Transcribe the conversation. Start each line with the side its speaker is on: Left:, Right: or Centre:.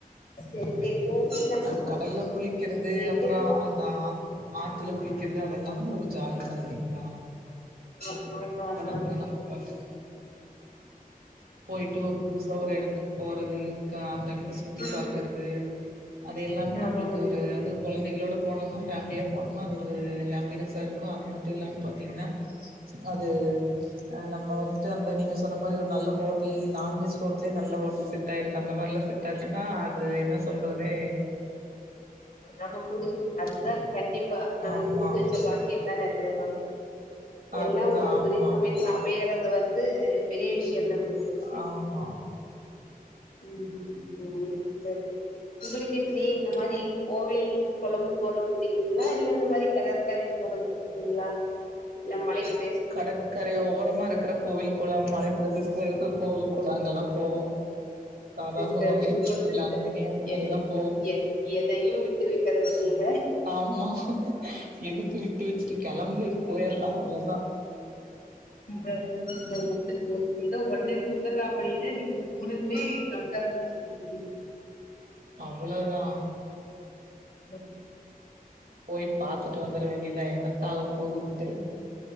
Left: செரி திரும்பவு இந்த அனுபவம்
Right: அது கடல்ல குளிக்கிறது
Left: சொல்லிட்டு
Right: அப்றோ அந்த ஆத் ஆத்துல குளிக்கிறது அதெல்லாமே ஒரு ஜாலிதா இல்லீங்களா
Left: ஆமா ஆமாங்க
Right: தொடர்ந்து நம்ம பாட்டுக்கு போயிட்டு ஒரு புதுஸ் தோ ஒரு எடத்துக்கு போறது, க அந்த எடத்த சுத்தி
Left: ம்
Right: பாக்கறது அது எல்லாமே
Left: ஆமாங்க
Right: நம்ளுக்கு ஒரு அது கொழந்தைங்ளோட போனோம்னா ஃபேமிலியா போனம்னா ஒரு ஹாப்பினஸ்ஸா இருக் கா அது மட்டு இல்லாம்ம பாத்தீங்னா அது நம்ப வந்துட்டு அந்த நீங்க சொன்னா மாதிரி ஒரு நல்ல ஹோட்டல் நான்வெஜ் ஹோட் ட்டே நல்ல ஹோட்டல் செட் ஆயிருக்கு அந்த மாரில்லா செட் ஆச்சுன்னா அது என்ன சொல்றதுன்னே
Left: நம்ம குடு அதுதா கண்டிப்பா நம்ம
Right: ஆமா
Left: குடுத்து வச்ச பாக்கியந்தான அதுல்லா
Right: அதுதா
Left: எல்லா ஒர்
Right: ஆமா
Left: ஒரே சமயத்துல அமையறது வந்து பெரிய விஷ்யோதான
Right: ஆமா
Left: உம் சேரிங்க சேரி உங்களுக்கு எப்டி இந்த மாரி கோவில் கொளோம் போறது புடிக்குங்களா இல்ல இந்த மாரி கடற்கரை ஓ கொஞ்சோ புடிக்குங்களா இல்ல மலைகள்
Right: கடற்கர் அப்பிடியே ஓரமா இருக்குற கோவில் கொளம் மலை பிரதேசத்துல இருக்க கோவில் கொளொங்க எல்லா போவோ சாதாரணமாவே
Left: சிஸ்டர் சூப்பர்
Right: ம்
Left: சிஸ்டர்
Right: பிளான் பண்ணி அந்த மாரிதா
Left: எதை
Right: போவோ
Left: எ எதையு விட்டு வைக்கிறது இல்லைல
Right: ஆமா எதுக்கு விட்டு வச்சுகிட்டு கெளம்பு போயிருலா அவ்வளோதா
Left: உம் வேற ஒ வேறறென்ன இத ஒன்னே சொல்லுங்க அப்டினு நீங்க மூணுமே கம்பேர் பண்ணி சொல்லிடீங்க
Right: அவ்வளோதா
Left: <unintelligible>
Right: போயி பாத்துட்டு வந்துர வேண்டியதா என்னத்தா ஆக போகுதுண்ட்டு